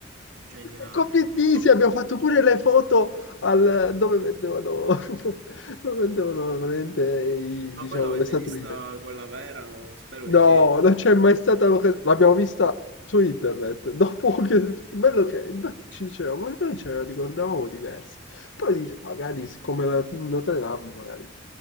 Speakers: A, on the right; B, on the left.
A: Geniali.
B: E con Pittisi
A: Ma,
B: abbiamo fatto pure le foto al, dove vendevano, <laughs> dove vendevano veramente i-
A: ma
B: diciamo,
A: poi l'avete
B: le statuine.
A: vista quella vera? Spero
B: No,
A: di sì.
B: non c'è mai stata l'occasione. L'abbiamo vista su internet. <laughs> Dopo che, che bello
A: Mio
B: che
A: Dio,
B: infatti
A: piccio.
B: ci diceva, ma noi ce la ricordavamo diversa. Poi dice, magari come la Notre Dame, magari